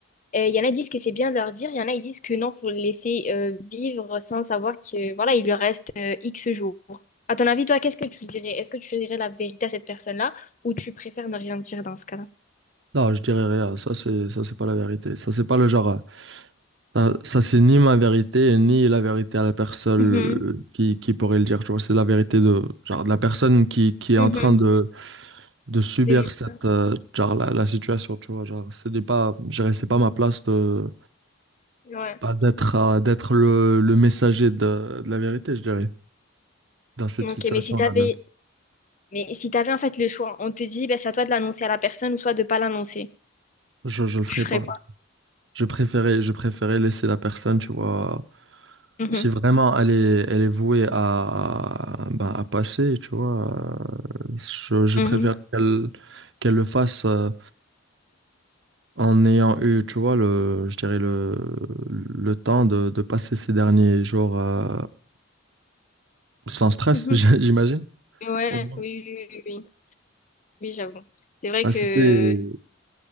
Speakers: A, on the left; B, on the right.
A: Euh, Il y en a qui disent que c'est bien de leur dire, il y en a qui disent que non, faut le laisser euh, vivre sans savoir que voilà, il lui reste euh, X jours. À ton avis, toi, qu'est-ce que tu dirais? Est-ce que tu dirais la vérité à cette personne-là? Ou tu préfères ne rien dire dans ce cas-là?
B: Là, je dirais rien, ça c'est, ça c'est pas la vérité, ça c'est pas le genre, euh, ça, ça, c'est ni ma vérité, ni la vérité à la personne
A: Mhm,
B: euh, qui, qui pourrait le dire, tu vois, c'est la vérité de, genre, de la personne qui, qui est en
A: mhm,
B: train de, de subir
A: De vivre
B: cette,
A: ça.
B: euh, genre, la, la situation, tu vois, genre, ce n'est pas, je dirais, c'est pas ma place de,
A: Ouais.
B: pas d'être, euh, d'être le, le messager de, de la vérité, je dirais. dans cette
A: Ok,
B: situation-là
A: mais si t'avais,
B: même.
A: mais si t'avais en fait le choix, on te dit, ben, c'est à toi de l'annoncer à la personne ou soit de pas l'annoncer.
B: Je, je le ferai
A: Tu ferais
B: pas.
A: quoi?
B: Je préférais, je préférais laisser la personne, tu vois.
A: Mhm,
B: Si vraiment elle est, elle est vouée à, ben, à passer, tu vois, euh, je, je
A: mhm,
B: préfère qu'elle qu'elle le fasse euh, en ayant eu, tu vois, le, je dirais le, le temps de, de passer ces derniers jours euh, sans stress,
A: mhm.
B: <laughs> j'- j'imagine.
A: Ouais,
B: Au moins.
A: oui, oui, oui, oui, oui, Oui, j'avoue. C'est vrai
B: Ah,
A: que...
B: c'était,